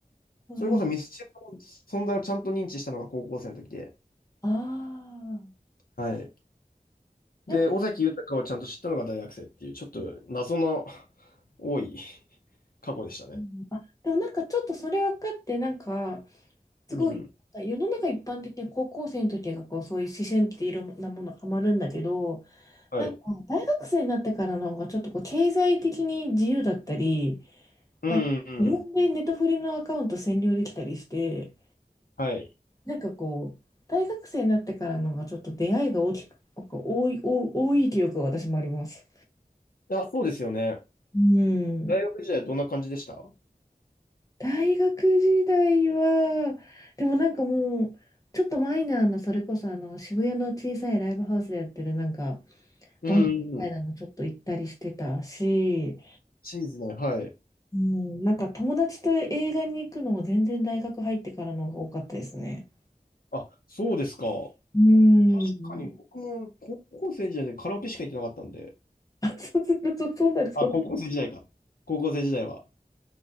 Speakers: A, on the left; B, on the left.
A: そういう。
B: それこそミスチルの存在をちゃんと認知したのが高校生の時で、
A: ああ、
B: はい。
A: なんか、
B: で、尾崎豊をちゃんと知ったのが大学生っていう、ちょっと謎の多い <laughs> 過去でしたね。
A: うんあ、でもなんかちょっとそれ分かって、なんか、すごい、
B: うん。
A: 世の中一般的には高校生の時がこうそういう思春期でいろんなものハマるんだけど、
B: はい。
A: なんか大学生になってからの方がちょっとこう経済的に自由だったり、
B: うん、
A: なんか自分でネトフリのアカウント占領できたりして、
B: うん。はい。
A: なんかこう、大学生になってからの方がちょっと出会いが大きく、なんか多い、多い多い記憶が私もあります。
B: あ、そうですよね。
A: うん。
B: 大学時代どんな感じでした
A: 大学時代は、でもなんかもう、ちょっとマイナーな、それこそあの渋谷の小さいライブハウスでやってるなんか、
B: うん。
A: バンドみたいなのちょっと行ったりしてたし、
B: チーズね、はい。
A: うん、なんか友達と映画に行くのも全然大学入ってからの方が多かったですね。
B: あ、そうですか。
A: うん。
B: 確かに僕も高校生時代でカラオケしか行ってなかったんで。
A: あ、そうすると、そうなる、そうなる。
B: あ、高校生時代か。高校生時代は。